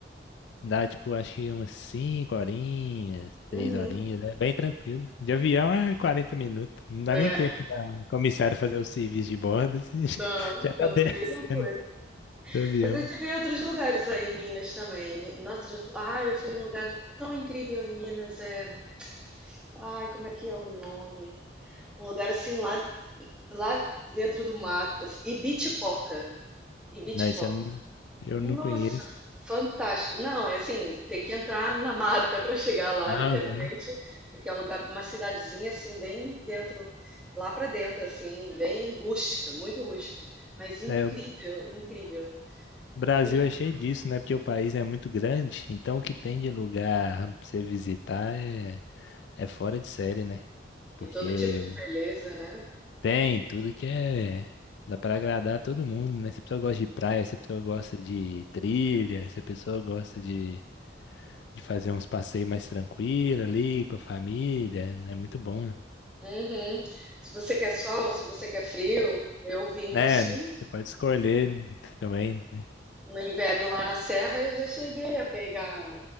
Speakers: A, on the left; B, in the centre.
A: Dá tipo, acho que umas 5 horinhas,
B: Uhum.
A: 6 horinhas, né? Bem tranquilo. De avião é 40 minutos. Não dá
B: É,
A: nem tempo da comissária fazer o serviço de bordo. <laughs> você
B: não,
A: Já tá
B: quando
A: descendo
B: veio já foi.
A: do avião.
B: Mas eu tive em outros lugares aí em Minas também. Mi- Nossa, já fui... Ah, eu fui em um lugar tão incrível em Minas. É... Ai, como é que é o nome? Um lugar assim lá, lá dentro do matas. Ibitipoca. Ibitipoca.
A: Não, isso eu não, eu
B: Nossa,
A: não conheço.
B: fantástico. Não, é assim, tem que entrar na mata para chegar lá,
A: Ah,
B: literalmente,
A: uhum.
B: porque é um lugar- uma cidadezinha assim bem dentro, lá para dentro assim, bem rústica, muito rústica, mas incrível,
A: é, o
B: incrível,
A: Brasil
B: muito
A: é
B: legal.
A: cheio disso, né? Porque o país é muito grande, então o que tem de lugar pra você visitar é, é fora de série, né? Porque
B: E todo tipo de
A: o-
B: beleza, né?
A: tem tudo que é. Dá pra agradar todo mundo, né? Se a pessoa gosta de praia, se a pessoa gosta de trilha, se a pessoa gosta de, de fazer uns passeios mais tranquilos ali com a família, é muito bom,
B: Uhum. Se você quer sol, se você quer frio, eu vim
A: né?
B: do sul,
A: Né? Você pode escolher também. né?
B: No inverno lá na serra eu já cheguei a pegar